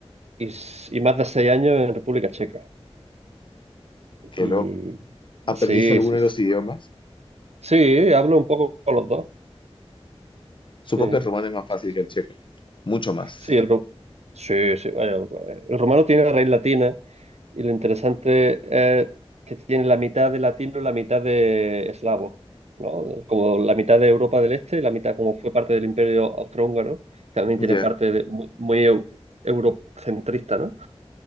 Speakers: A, on the right; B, on the left.
A: y, s- y más de seis años en República Checa.
B: Qué
A: Y
B: loco. ¿Aprendiste
A: sí,
B: alguno
A: sí,
B: de
A: sí.
B: los idiomas?
A: Sí, hablo un poco con los dos.
B: Supongo
A: Sí.
B: que el rumano es más fácil
A: Sí, sí.
B: que el checo. Mucho más.
A: Sí, el, ro- sí, sí, bueno, el romano tiene raíz latina y lo interesante es que tiene la mitad de latino y la mitad de eslavo, ¿no? Como la mitad de Europa del Este y la mitad como fue parte del Imperio Austrohúngaro, también
B: Ya.
A: tiene parte de- muy, muy eu- eurocentrista, ¿no?